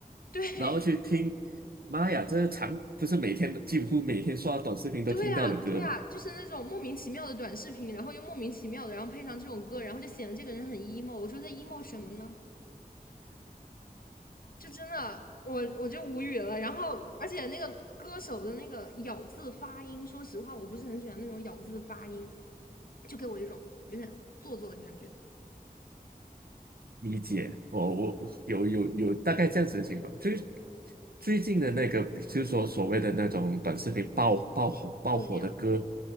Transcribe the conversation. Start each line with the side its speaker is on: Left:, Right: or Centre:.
Left: 对，
Right: 然后去听，妈呀，这长不是每天几乎每天刷短视频都听到的歌吗？
Left: 对啊，对啊，就是那种莫名其妙的短视频，然后又莫名其妙的，然后配上这种歌，然后就显得这个人很 emo。我说在 emo 什么呢？就真的，我我就无语了。然后，而且那个歌手的那个咬字发音，说实话，我不是很喜欢那种咬字发音，就给我一种有点做作的感觉。
Right: 理解，我我有有有大概这样子的情况，就是最近的那个，就是说所谓的那种短视频爆爆红爆火的歌，
Left: 对呀，